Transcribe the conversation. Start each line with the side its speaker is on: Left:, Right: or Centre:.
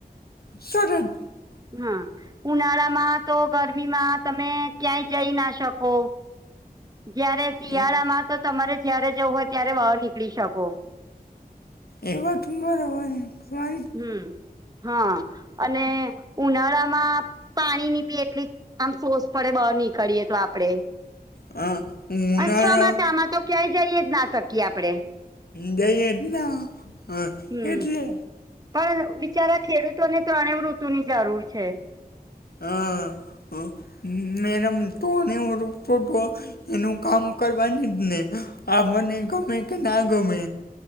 Left: સરદ.
Right: હ ઉનાળામાં તો ગરમીમાં તમે ક્યાંય જઈ ના શકો. જયારે શિયાળામાં
Left: એ
Right: તો તમારે જયારે જવું હોય ત્યારે બહાર નીકળી શકો.
Left: એ વાત બરોબર તમારી
Right: હમ્મ હા અને ઉનાળામાં પાણીની બી એટલી આમ સોર્સ પડે બહાર નીકળીએ તો આપડે.
Left: હા ઉનાળા
Right: અન ચોમાસામાં તો ક્યાંય જઈએ જ ના શકીએ આપડે.
Left: જઈએ જ ના
Right: હમ
Left: એટલે.
Right: પણ બિચારા ખેડૂતોને ત્રણેય ઋતુની જરૂર છે.
Left: હા મેડમ ત્રણેય ઋતુ તો એનું કામ કરવાની જ ને આપને ગમે કે ના ગમે.